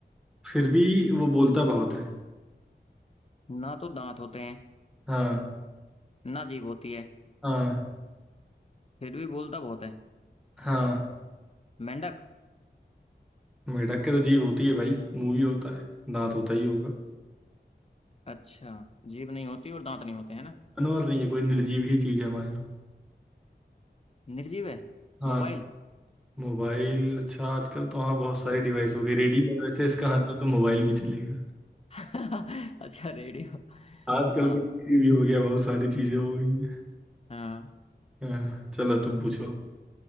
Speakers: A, in the centre; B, on the left.
A: फिर भी वो बोलता बहुत है
B: ना तो दांत होते हैं
A: हाँ
B: ना जीभ होती है
A: हाँ
B: फिर भी बोलता बहुत है
A: हाँ
B: मेंढक
A: मेढक के तो जीभ होती है भाई मुंह भी होता है दांत होता ही होगा
B: अच्छा जीभ नहीं होती और दांत नहीं होते हैं ना
A: जानवर नहीं है कोई निर्जीव ही चीज़ है मान लो
B: निर्जीव है
A: हाँ
B: मोबाइल
A: मोबाइल अच्छा आजकल तो हाँ बहुत सारी डिवाइस हो गई रेडियो है, वैसे इसका आंसर तो मोबाइल भी चलेगा
B: <laughs> अच्छा रेडियो
A: आजकल
B: हाँ
A: तो टीवी भी हो गया बहुत सारी चीजें हो गई हैं।
B: हाँ
A: हाँ चलो तुम पूछो